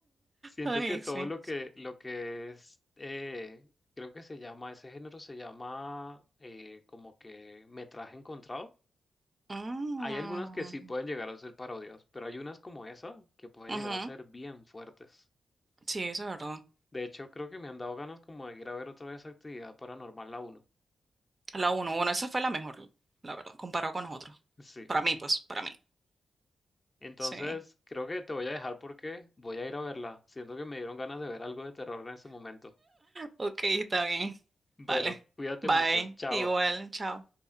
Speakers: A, on the left (about 30°); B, on the right (about 35°).
A: Siento
B: Ay,
A: que todo
B: sí.
A: lo que, lo que es, eh, creo que se llama, ese género se llama eh, como que metraje encontrado.
B: Mm,
A: Hay algunas que sí pueden llegar a ser parodias, pero hay unas como esa que pueden
B: ujú,
A: llegar a ser bien fuertes.
B: Sí, eso es verdad.
A: De hecho, creo que me han dado ganas como de ir a ver otra vez Actividad Paranormal la uno
B: La uno, bueno, esa fue la mejor, la verdad, comparado con nosotros.
A: Sí.
B: Para mí, pues, para mí.
A: Entonces,
B: Sí.
A: creo que te voy a dejar porque voy a ir a verla. Siento que me dieron ganas de ver algo de terror en ese momento.
B: Ok, está bien.
A: Bueno,
B: Vale.
A: cuídate
B: Bye.
A: mucho. Chao.
B: Igual, chao.